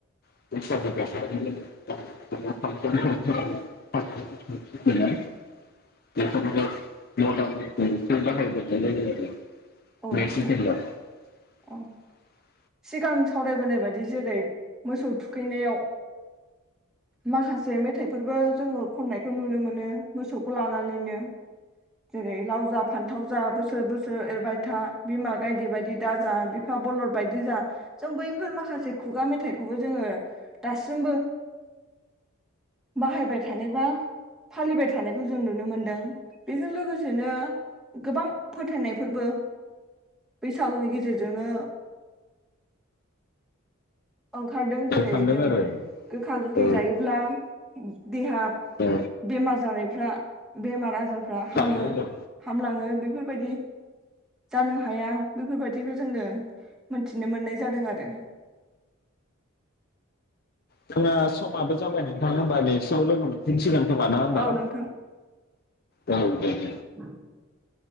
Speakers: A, on the left (about 45°); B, in the centre.
A: <unintelligible> <unintelligible> <unintelligible>
B: औ नोंथां औ सिगां सावरायबोनाय बायदि जेरै मोसौ थुखैनायाव माखासे मेथाइफोरबो जोङो खननायखौ नुनो मोनो मोसौखौ लानानैनो जेरै लाव जा फान्थाव जा बोसोर बोसोर एरबाय था बिमा गायदे बायदि दा जा बिफा बलद बायदि जा जों बैफोर माखासे खुगा मेथाइखौबो जोङो दासिमबो बाहायबाय थानाय बा फालिबाय थानायखौ जों नुनो मोनदों बेजों लोगोसेनो गोबां फोथायनायफोरबो बैसागुनि गेजेरजोंनो ओंखारदों जेरै
A: थांदों
B: जों
A: आरो
B: गोखा गोखै
A: औ
B: जायोब्ला देहा
A: औ
B: बेमार जानायफ्रा बेमार आजारफ्रा हामो
A: थांदों होनदों
B: हामलाङो बेफोरबायदि जानो हाया बेफोरबायदिखौ जोङो मोनथिनो मोननाय जादों आरो
A: जोंना समाबो जाबाय नोंथां होमबा दे एसे उनाव लोगो मोनफिनसिगोन। सोबा नाङा होमबा
B: औ नोंथां
A: <unintelligible> औ दे।
B: <inaudible>